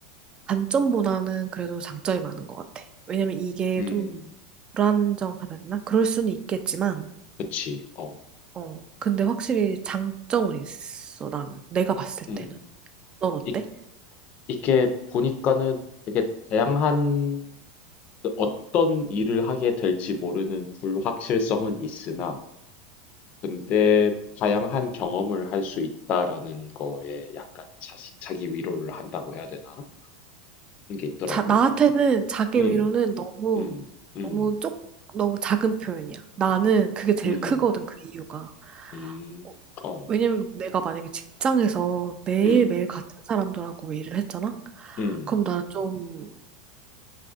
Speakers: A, on the right; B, on the left.
A: 단점보다는 그래도 장점이 많은 것 같아. 왜냐면 이게
B: 음,
A: 좀 불안정하다 해야 되나? 그럴 수는 있겠지만,
B: 그치, 어,
A: 어, 근데 확실히 장점은 있어, 나는. 내가 봤을
B: 음.
A: 때는. 넌 어때?
B: 이, 이게 보니까는 되게 다양한 그 어떤 일을 하게 될지 모르는 불확실성은 있으나 근데 다양한 경험을 할 수 있다라는 거에 약간 자시 자기 위로를 한다고 해야 되나? 그런 게 있더라고.
A: 자, 나한테는 자기
B: 음.
A: 위로는 너무,
B: 음. 음.
A: 너무 쪽, 너무 작은 표현이야. 나는 그게 제일
B: 음.
A: 크거든, 그 이유가.
B: 음.
A: 어,
B: 어.
A: 왜냐면 내가 만약에 직장에서 매일매일
B: 음.
A: 같은 사람들하고 일을 했잖아?
B: 응.
A: 그럼 나는 좀